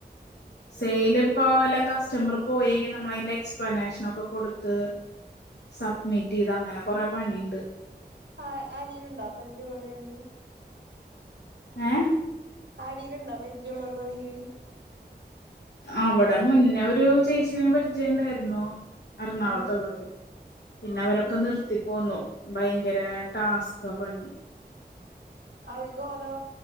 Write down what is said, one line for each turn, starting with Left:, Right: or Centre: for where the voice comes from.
Left: സെയില് ഇപ്പോ വല്ല കസ്റ്റമറ് പോയേങ്കി നമ്മളതിന്റെ എക്സ്പ്ലനേഷനൊക്കെ കൊടുത്ത് സബ്മിറ്റെയ്ത് അങ്ങനെ കൊറെ പണിയുണ്ട്
Right: ആഹ് അനിയനുണ്ട പരിചയുള്ള ഒരെയില്
Left: ഏഹ്
Right: ആരേലുണ്ടാ പരിചയുള്ള <unintelligible>
Left: അവടെ മുന്നെ ഒരു ചേച്ചിനെ പരിചയണ്ടായിരുന്നു എറണാകുളത്തുള്ളത്
Right: ആ
Left: പിന്നെ അവരൊക്കെ
Right: ആ
Left: നിർത്തി പോന്നു ഭയങ്കര ടാസ്ക്കാ പണി
Right: അവര്ക്കോരോ